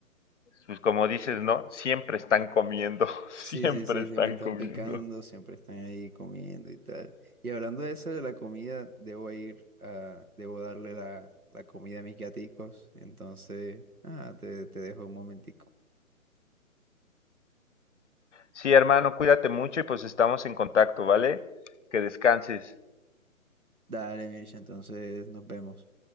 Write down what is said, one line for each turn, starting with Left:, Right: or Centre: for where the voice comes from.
Left: pues como dices, ¿no? Siempre están comiendo, <laughs> siempre
Right: Sí, sí, sí,
Left: están
Right: siempre están
Left: comiendo.
Right: picando, siempre están ahí comiendo y tal. Y hablando de eso de la comida, debo ir a, debo darle la, la comida a mis gaticos. Entonces, ah, te, te dejo un momentico.
Left: Sí, hermano, cuídate mucho y pues estamos en contacto, ¿vale? Que descanses.
Right: Dale, Mircha, entonces nos vemos.